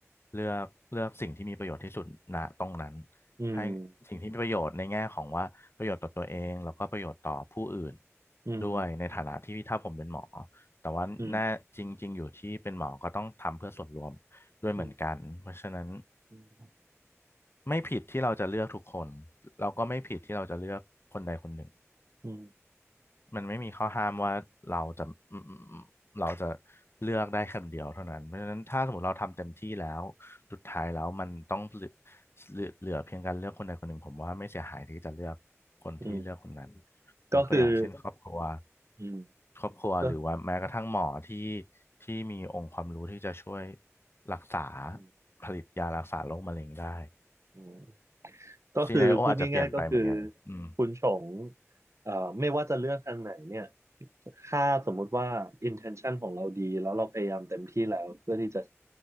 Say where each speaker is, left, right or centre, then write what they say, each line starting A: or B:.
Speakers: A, on the left (about 50°); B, on the right (about 70°).
A: เลือกเลือกสิ่งที่มีประโยชน์ที่สุดณตรงนั้น
B: อืม
A: ให้สิ่งที่มีประโยชน์ในแง่ของว่าประโยชน์ต่อตัวเองแล้วก็ประโยชน์ต่อผู้อื่น
B: อืม
A: ด้วยในฐานะที่ถ้าผมเป็นหมอแต่ว่าแน่จริงๆอยู่ที่เป็นหมอก็ต้องทำเพื่อส่วนรวมด้วยเหมือนกันเพราะฉะนั้น
B: อืมอืมอืม
A: ไม่ผิดที่เราจะเลือกทุกคนเราก็ไม่ผิดที่เราจะเลือกคนใดคนหนึ่ง
B: อืม
A: มันไม่มีข้อห้ามว่าเราจะอืมอเราจะเลือกได้คนเดียวเท่านั้นเพราะฉะนั้นถ้าสมมติเราทำเต็มที่แล้วสุดท้ายแล้วมันต้องเหลือเหลือเหลือเพียงการเลือกคนใดคนหนึ่งผมว่าไม่เสียหายที่จะเลือกคนที่เลือกคนนั้น
B: อืมก็คือ
A: ยกตัวอย่างเช่นครอบครัว
B: อืม
A: ครอบครัวหรือว่าแม้กระทั่งหมอที่
B: ก็
A: ที่มีองค์ความรู้ที่จะช่วยรักษา
B: อืม
A: ผลิตยารักษาโรคมะเร็งได้
B: อืม ก็คือพูดง่ายๆก็คือ
A: ซีนาริโออาจจะเปลี่ยนไปเหมือนกันอืม
B: คุณชงเอ่อไม่ว่าจะเลือกทางไหนเนี่ยถ้าสมมุติว่า intention ของเราดีแล้วเราพยายามเต็มที่แล้วเพื่อที่จะ